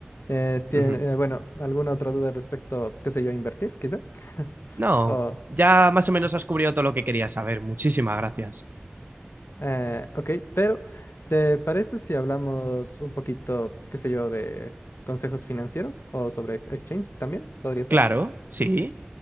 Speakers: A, on the left; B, on the right.
A: Eh, tie-
B: Ujú.
A: eh, bueno, ¿alguna otra duda respecto, qué sé yo, a invertir, quizá? <laughs>
B: No,
A: O,
B: ya más o menos has cubrido todo lo que quería saber. Muchísimas gracias.
A: eh, ok, pero ¿te parece si hablamos un poquito, qué sé yo, de consejos financieros o sobre exchange también? ¿Podría ser?
B: Claro, sí.